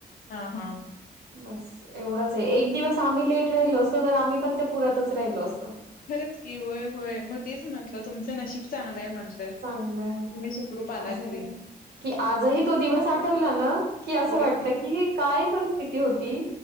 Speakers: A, on the left; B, on the right.
A: हा हा
B: बस एवढंच आहे एक दिवस आम्ही लेट राहिलो असतो तर आम्ही पण ते पुरातच राहिलो असतो.
A: खरंच की होय होय मग तेच म्हंटलं तुमचं नशीब चांगलंय म्हटलं. की
B: चांगलंय
A: तुम्ही सुखरूप आला
B: असं
A: घरी.
B: की आजही तो दिवस आठवला ना की असं
A: होय
B: वाटत की काय परिस्थिती होती